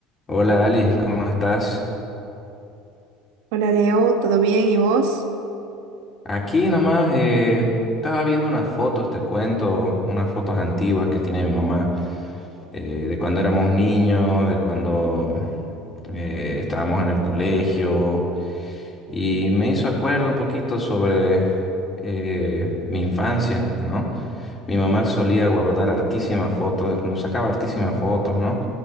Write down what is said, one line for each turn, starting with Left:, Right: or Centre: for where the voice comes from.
Left: Hola Ali, ¿cómo estás?
Right: Hola Leo, ¿todo bien? ¿Y vos?
Left: Aquí nomás eh, estaba viendo unas fotos, te cuento, unas fotos antiguas que tiene mi mamá eh, de cuando éramos niños, de cuando eh, estábamos en el colegio y me hizo acuerdo un poquito sobre eh, mi infancia, ¿no? Mi mamá solía guardar hartísimas fotos, nos sacaba hartísimas fotos, ¿no?